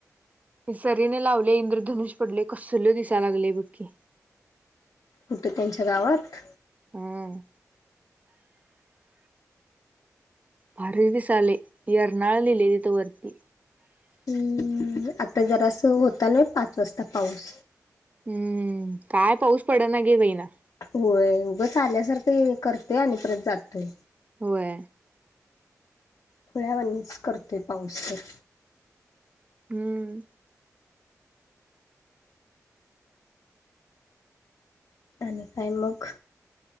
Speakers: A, on the right; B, on the left.
A: सरीने लावल्या इंद्रधनुष पडलय कसल दिसाय लागलय बक्की
B: कुठे त्यांच्या गावात
A: हम्म भारी दिसायलय येर्नाळ लिहिलय तिथं वरती
B: हम्म आता जरा असं होत नाही पाच वाजता पाऊस
A: हम्म काय पाऊस पडना गे बहिना
B: होय उगंच आल्यासारखं करतय आणि परत जातोय
A: होय
B: खुळ्यावानीच करतोय पाऊस तर
A: हम्म
B: आणि काय मग